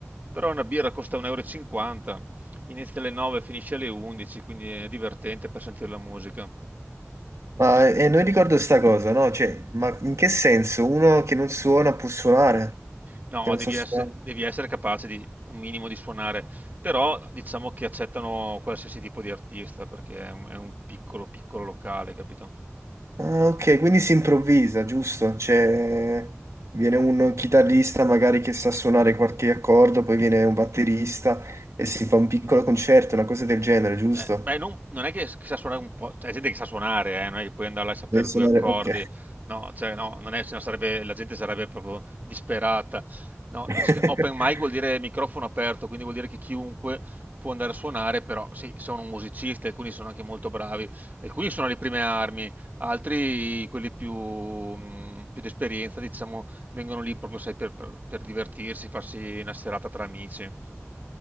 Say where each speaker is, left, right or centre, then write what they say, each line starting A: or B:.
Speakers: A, on the right (about 40°); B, on the right (about 90°).
A: però una birra costa 1,50 euro. e cinquanta. Inizia alle 9, finisce alle 11, quindi è divertente per sentire la musica.
B: Ma eh, non ricordo sta cosa, no? Cioè, ma in che senso? Uno che non suona può suonare?
A: No,
B: Che non
A: devi
B: sa suonare?
A: essere, devi essere capace di un minimo di suonare, però diciamo che accettano qualsiasi tipo di artista perché è un, è un piccolo, piccolo locale, capito?
B: Ah, ok, quindi si improvvisa, giusto? Cioè, viene un chitarrista magari che sa suonare qualche accordo, poi viene un batterista e si fa un piccolo concerto, una cosa del genere, giusto?
A: Eh, beh, non, non è che, che sa suonare un po', c'è gente che sa suonare, eh, non è che puoi andare là a sapere
B: Deve suonare...
A: due accordi,
B: Ok.
A: no, cioè, no, non è, sennò sarebbe, la gente sarebbe proprio disperata. No,
B: <laughs>
A: es- che open mic vuol dire microfono aperto, quindi vuol dire che chiunque può andare a suonare, però sì, sono musicisti, alcuni sono anche molto bravi, alcuni sono alle prime armi, altri, quelli più, mh, più d'esperienza, diciamo, vengono lì proprio, sai, per, per per divertirsi, farsi una serata tra amici.